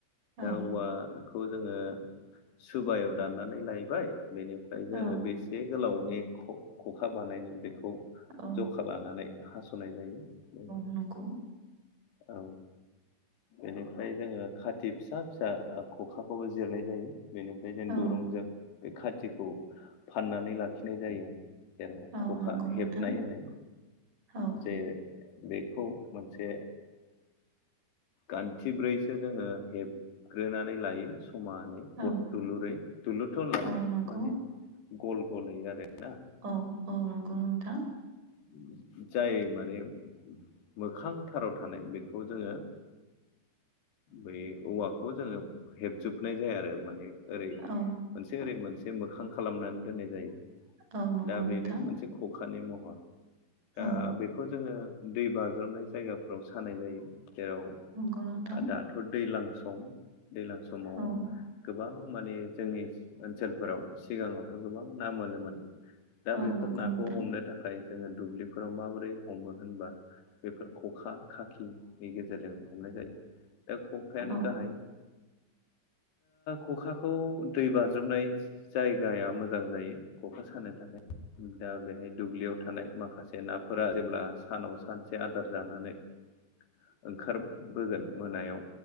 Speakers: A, on the right; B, on the left.
A: औ
B: दा औवा खौ जोङो सुबायाव दाननानै लायबाय बेनिफ्राय जोंनो
A: औ
B: बेसे जे गोलावनि खखा बानायनो बेखौ
A: औ
B: जखा लानानै हासनाय जायो बेनो
A: नोंखौ
B: औ। बेनिफ्राय जोङो खाति फिसा फिसा खखाखौबो जिरनाय जायो बेनि ओफ्राय जों
A: औ
B: दुरुंजों बे खाथिखौ फाननानै लाखिनाय जायो आरो। जेराव
A: औ
B: खखा
A: नंगौ नोंथां
B: हेबनाय होनो।
A: औ
B: जे बेखौ मोनसे गान्थिब्रैसो जोङो हेबग्रोनानै लायो समान।
A: औ
B: क थुलुरै थुलुरथ' ला
A: औ
B: बेखौ
A: नंगौ
B: माने गल गलयै आरो ना।
A: औ औ नंगौ नोंथां।
B: उम। जाय माने मोखांथाराव थानाय बेखौ जोङो। बै औवाखौ जोङो हेबजोबनाय जाया आरो माने ओरै
A: औ
B: मोनसे ओरै मोनसे मोखां खालामनानै दोननाय जायो
A: औ नंगौ
B: दा
A: नोंथां
B: बेनो मोनसे खखानि मह दा
A: औ
B: बेखौ जोङो दै बाज्रबनाय जायगाफ्राव सानाय जायो जेराव
A: नंगौ नोंथां
B: दाथ' दैज्लां सम दैज्लां समाव
A: औ
B: गोबां माने जोंनि ओनसोलफोराव सिगाङावथ' गोबां ना मोनोमोन। दा
A: औ
B: बेफोर
A: नंगौ
B: नाखौ
A: नोंथां
B: हमनो थाखाय जोङो दुब्लि फोराव माबोरै हमो होनबा बेफोर खखा खाखिनि गेजेरजों हमनाय जायो दा खखायानो
A: औ
B: गाहाय खखाखौ दै बाज्रुमनाय जायगाया मोजां जायो। खखा सानो थाखाय दा बेहाय दुब्लियाव थानाय माखासे नाफोरा जेब्ला सानाव सानसे आदार जानानै ओंखारबोगोन मोनायाव।